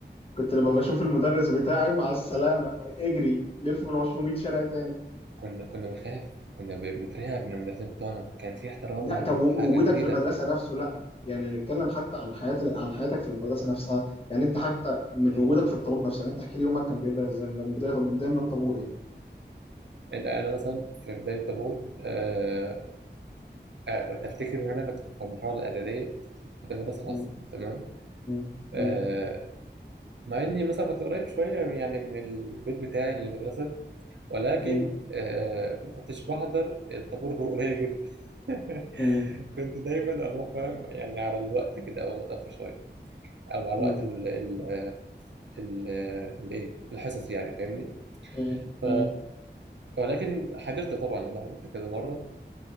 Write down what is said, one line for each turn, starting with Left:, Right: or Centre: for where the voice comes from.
Left: كنت لما بشوف المدرس بتاعي مع السلامة اجري لف من 200 شارع تاني
Right: كنا كنا بنخاف كنا ب- بنترعب من المدرسين بتوعنا كان في احترام
Left: لا طب وجودك
Right: حاجه كبيره
Left: في المدرسة نفسه لا يعني نتكلم حتى عن حياة عن حياتك في المدرسة نفسها يعني انت حتى من وجودك في الطابور نفسه يعني انت احكي لي يومك كان بيبدأ ازاي من بداية بداية من الطابور يعني
Right: انت انا مثلا في بدايه الطابور آه، آه كنت أفتكر إن أنا كنت في المرحلة الإعدادية كنت في مدرسة
Left: م-
Right: خاصة تمام
Left: م-
Right: آه
Left: م-
Right: مع إني مثلا كنت قريب شوية من- يعني من البيت بتاعي للمدرسة ولكن
Left: م-
Right: آه ما كنتش بحضر الطابور غير قليل جدا <laughs>
Left: م-
Right: كنت دايما أروح فاهم يعني على الوقت كده أو متأخر شوية أو على
Left: م-
Right: وقت ال ال ال الإيه الحصص يعني فاهمني
Left: م-
Right: ف
Left: م-
Right: ولكن حضرت طبعا أنا حضرت كذا مرة